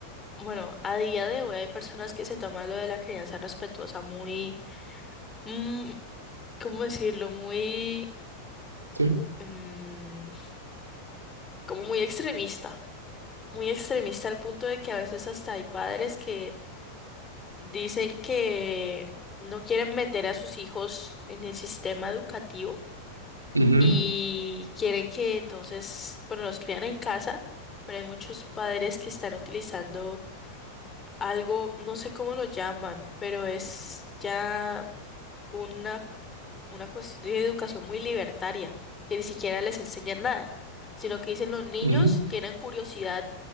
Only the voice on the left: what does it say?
bueno, a día de hoy hay personas que se toman lo de la crianza respetuosa muy, mm, ¿cómo decirlo? Muy,
mm, como muy extremista. Muy extremista al punto de que a veces hasta hay padres que dicen que no quieren meter a sus hijos en el sistema educativo
y quiere que entonces, bueno, los crían en casa, pero hay muchos padres que están utilizando algo, no sé cómo lo llaman, pero es ya una, una cuestión de educación muy libertaria, que ni siquiera les enseñan nada, sino que dicen los niños
tienen curiosidad,